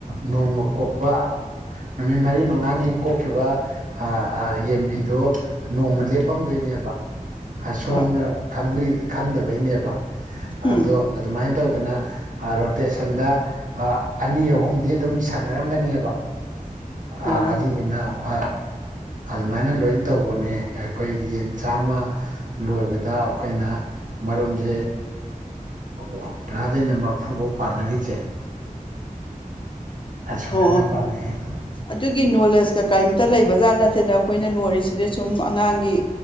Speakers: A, on the right; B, on the left.
A: ꯅꯣꯡꯃ ꯀꯣꯛꯄ ꯅꯨꯃꯤꯠ ꯃꯔꯤ ꯃꯉꯥꯅꯤ ꯀꯣꯛꯈꯤꯕ ꯍꯥꯍꯥ ꯌꯦꯟꯕꯤꯗꯣ ꯅꯣꯡꯃ ꯂꯦꯞꯄꯝꯗꯣꯏꯅꯦꯕ ꯑꯥ ꯁꯣꯝꯅ
B: ꯍꯣꯏ
A: ꯈꯪꯕꯤ ꯈꯪꯗꯕꯩꯅꯦꯕ ꯑꯗꯣ
B: ꯎꯝ
A: ꯑꯗꯨꯃꯥꯏꯅ ꯇꯧꯗꯅ ꯔꯣꯇꯦꯁꯟꯗ ꯑꯅꯤ ꯑꯍꯨꯝꯗꯤ ꯑꯗꯨꯝ ꯁꯥꯟꯅꯔꯝꯒꯅꯤꯕ ꯑ
B: ꯑꯣ
A: ꯑꯗꯨꯗꯨꯅ ꯑ ꯑꯗꯨꯃꯥꯏꯅ ꯂꯣꯏ ꯇꯧꯕꯅꯦ ꯑꯩꯈꯣꯏ ꯌꯦꯟ ꯆꯥꯝꯃ ꯂꯣꯏꯕꯗ ꯑꯩꯈꯣꯏꯅ ꯃꯔꯨꯝꯁꯦ ꯍꯨꯝꯗ꯭ꯔꯥꯗꯩꯅ ꯃꯔꯐꯨꯐꯥꯎ ꯄꯥꯟꯅꯔꯤꯁꯦ ꯑꯁꯨꯃꯥꯏꯅ
B: ꯍꯣ
A: ꯄꯥꯟꯅꯩꯑꯦ
B: ꯑꯗꯨꯒꯤ ꯅꯣꯂꯦꯖꯀ ꯀꯔꯤꯝꯇ ꯂꯩꯕꯖꯥꯠ ꯅꯠꯇꯦꯗ ꯑꯩꯈꯣꯏꯅ ꯂꯣꯏꯔꯤꯁꯤꯗꯤ ꯁꯨꯝ ꯑꯉꯥꯡꯒꯤ